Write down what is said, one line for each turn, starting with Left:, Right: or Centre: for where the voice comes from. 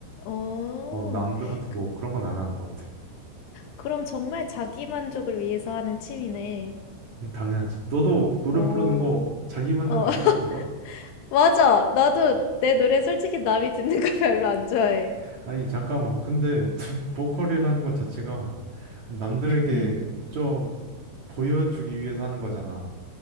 Left: 어.
Right: 어, 남들한테
Left: 그-
Right: 뭐 그런 건 안 하는 것 같아.
Left: 그럼 정말 자기 만족을 위해서 하는 취미네.
Right: 음, 당연하지. 너도 노래
Left: 어,
Right: 부르는 거 자기 만족
Left: 어,
Right: 아니야,
Left: <laughs>
Right: 그거?
Left: 맞아. 나도 내 노래 솔직히 남이 듣는 거 별로 안 좋아해.
Right: 아니, 잠깐만. 근데 <laughs> 보컬이라는 것 자체가 남들에게
Left: 음,
Right: 좀 보여주기 위해서 하는 거잖아.